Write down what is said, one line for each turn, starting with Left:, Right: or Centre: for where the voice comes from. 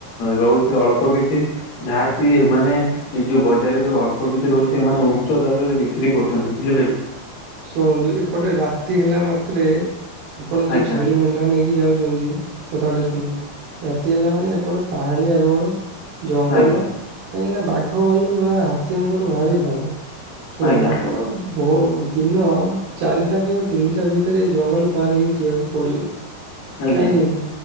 Left: ରହୁଛି ଅଳ୍ପ କିଛି ଯାହାକି ଏମାନେ ଏଇ ଯୋଉ ବଜାରରେ ଯୋଉ ଅଳ୍ପ କିଛି ରହୁଛି ଏମାନେ ଉଚ୍ଚ ଦାରରେ ବିକ୍ରି କରୁଛନ୍ତି ବୁଝିଲେ କି
Right: ଶୁଣନ୍ତୁ ଏପଟେ ରାତି ହେଲା ମାତ୍ରେ ଆପଣ ଯୋଉ
Left: ଆଜ୍ଞା
Right: ଛେଳି ମେଣ୍ଢା ନେଇକି ଯାଉଛନ୍ତି କଥାଟା ଶୁଣନ୍ତୁ ରାତି ହେଲା ମାନେ ଏପଟ ପାହାଡିଆ ରୋଡ ଜଙ୍ଗଲ
Left: ଆଜ୍ଞା
Right: କାହିଁକି ନା ବାଘ ବାଲୁ ବା ହାତୀଙ୍କର ଭାରି ଭୟ ଶୁଣନ୍ତୁ
Left: ଆଜ୍ଞା
Right: ଆପଣ ବହୁ ଦିନ ଚାରିଟା କିମ୍ବା ତିନିଟା ଭିତରେ ଜଙ୍ଗଲ ପାର ହେଇକି ଯିବାକୁ ପଡ଼ିବ।
Left: ଆଜ୍ଞା
Right: କାହିଁକିନା